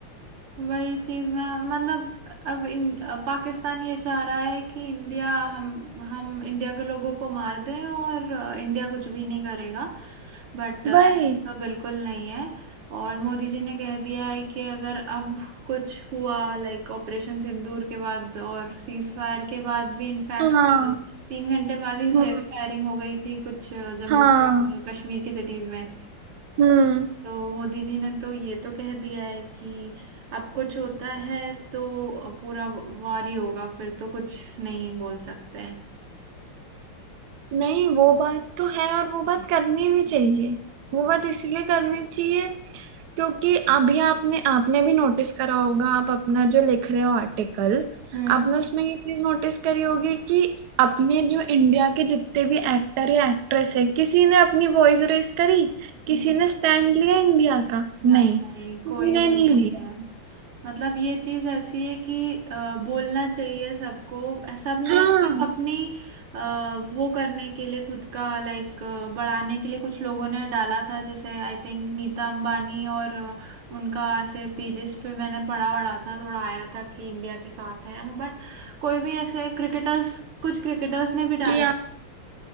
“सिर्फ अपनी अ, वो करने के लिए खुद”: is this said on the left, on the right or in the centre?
Right